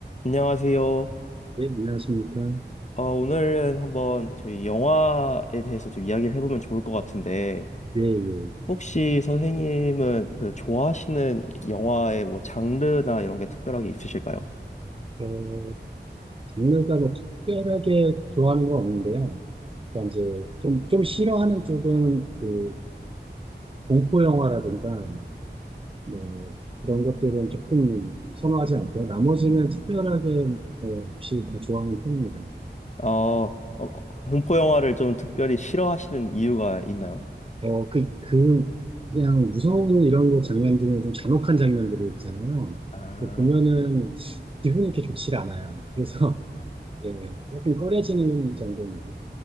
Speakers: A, on the left; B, on the right.
A: 안녕하세요.
B: 네, 안녕하십니까.
A: 어, 오늘은 한번 저희 영화에 대해서 좀 이야기를 해보면 좋을 것 같은데,
B: 예, 예.
A: 혹시 선생님은 그 좋아하시는 영화의 뭐 장르나 이런 게 특별하게 있으실까요?
B: 어, 장르가 뭐 특별하게 좋아하는 건 없는데요. 그러니까 이제 좀, 좀 싫어하는 쪽은 그 공포 영화라든가 뭐 그런 것들은 조금 선호하지 않고요. 나머지는 특별하게 뭐 없이 다 좋아하는 편입니다.
A: 어, 어, 공포 영화를 좀 특별히 싫어하시는 이유가 있나요?
B: 어, 그, 그, 그냥 무서운 이런 거 장면 중에 좀 잔혹한 장면들이 있잖아요.
A: 아,
B: 그 보면은 기분이 이렇게 좋지 않아요. 그래서 <laughs> 예, 조금 꺼려지는 정도입니다.